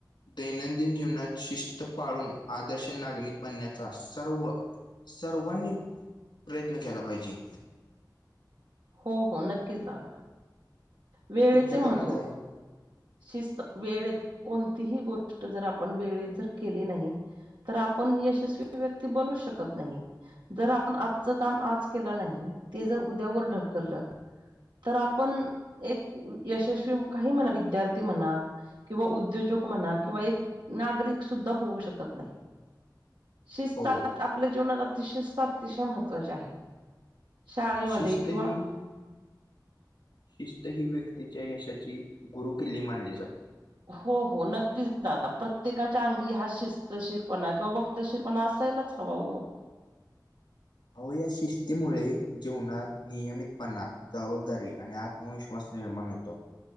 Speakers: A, on the left; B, on the right.
A: दैनंदिन जीवनात शिस्त पाळून, आदर्श नागरिक बनण्याचा सर्व- सर्वांनी प्रयत्न केला पाहिजे.
B: हो हो नक्कीच दादा वेळेचे
A: तुमचं
B: महत्त्व.
A: काय मत आहे?
B: शिस्त वेळेत कोणतीही गोष्ट जर आपण वेळेत जर केली नाही. तर आपण यशस्वी व्यक्ती बनू शकत नाही. जर आपण आजचं काम आज केलं नाही, ते जर उद्यावर ढकललं. तर आपण एक यशस्वी काही म्हणा विद्यार्थी म्हणा- किंवा उद्योजक म्हणा, किंवा एक नागरिक सुद्धा होऊ शकत नाही. शिस्तात
A: हो.
B: आपल्या जीवनात अतिशिस्त अतिशय महत्त्वाची आहे. शाळेमध्ये
A: शिस्त
B: किंवा-
A: ही शिस्त ही व्यक्तीच्या यशाची गुरुकिल्ली मानली जाते.
B: हो हो नक्कीच दादा प्रत्येकाच्या अंगी हा शिस्तशीरपणा किंवा व तशी पण असायलाच हवा हो.
A: अवो या शिस्तीमुळे जीवनात नियमितपणा- जबाबदारी आणि आत्मविश्वास निर्माण होतो